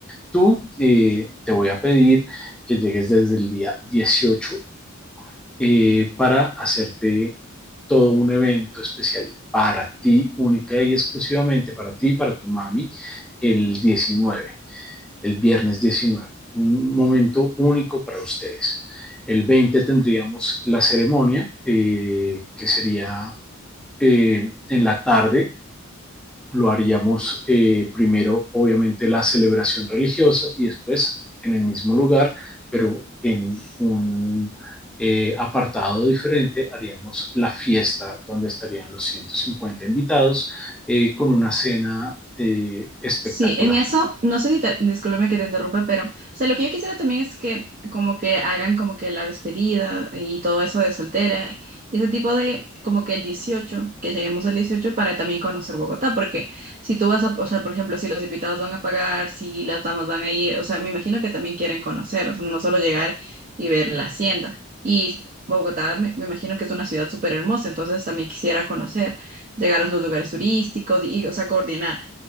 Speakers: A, in the centre; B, on the right.
A: Tú eh, te voy a pedir que llegues desde el día dieciocho eh, para hacerte todo un evento especial para ti, única y exclusivamente para ti y para tu mami, el diecinueve el viernes diecinueve un momento único para ustedes. El 20 tendríamos la ceremonia, eh, que sería eh, en la tarde, lo haríamos eh, primero, obviamente, la celebración religiosa y después en el mismo lugar, pero en un eh, apartado diferente haríamos la fiesta donde estarían los 150 invitados eh, con una cena eh, espectacular.
B: Sí, en eso, no sé si te, discúlpame que te interrumpa, pero, o sea, lo que yo quisiera también es que como que hagan como que la despedida y todo eso de soltera y ese tipo de, como que el 18, que lleguemos al 18 para también conocer Bogotá, porque si tú vas a, o sea, por ejemplo, si los invitados van a pagar, si las damas van a ir, o sea, me imagino que también quieren conocer, o sea, no solo llegar y ver la hacienda. Y Bogotá, me, me imagino que es una ciudad súper hermosa, entonces también quisiera conocer, llegar a los lugares turísticos y, y, o sea, coordinar.